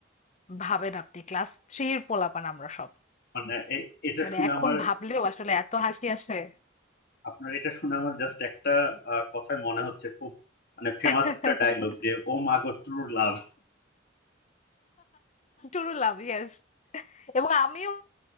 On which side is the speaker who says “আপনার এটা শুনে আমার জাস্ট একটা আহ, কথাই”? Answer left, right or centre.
Left